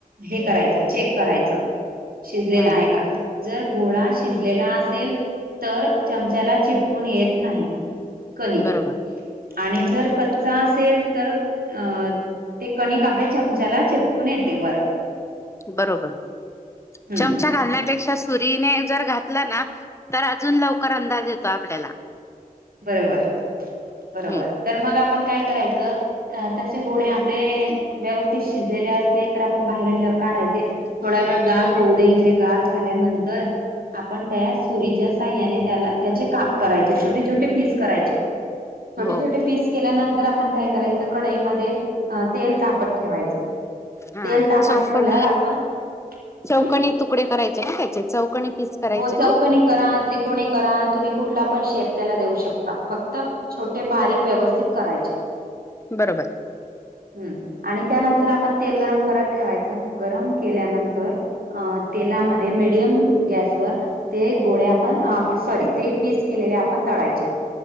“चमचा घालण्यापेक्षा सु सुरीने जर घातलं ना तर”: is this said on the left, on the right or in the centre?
Left